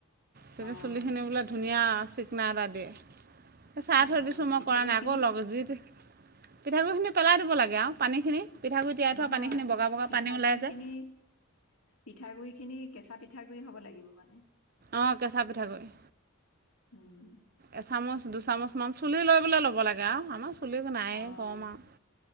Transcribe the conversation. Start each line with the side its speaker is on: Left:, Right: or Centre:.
Right: তেতিয়া
Left: আহ
Right: চুলি খিনি বোলে ধুনীয়া চিকনা এটা দিয়ে চাহ
Left: আহ
Right: থৈ দিছো মই
Left: পিঠাগুড়িখিনি
Right: কৰা নাই আকৌ লগ যিত পিঠাগুড়িখিনি পেলাই দিব লাগে আৰু পানী খিনি পিঠাগুৰি তিয়াই থোৱা
Left: হয়
Right: পানীখিনি বগা বগা
Left: পিঠাগুৰি
Right: পানী ওলাই যায়
Left: খিনি পিঠাগুৰি খিনি কেচা পিঠাগুডৰি হ'ব লাগিব মানে।
Right: অ' কেচা পিঠাগুৰি।
Left: উম।
Right: এচামুচ দুচামুচ মান চুলি লৈ ল'ব। ল'ব লাগে আমাৰ চুলি নাই
Left: অঁ
Right: কম আৰু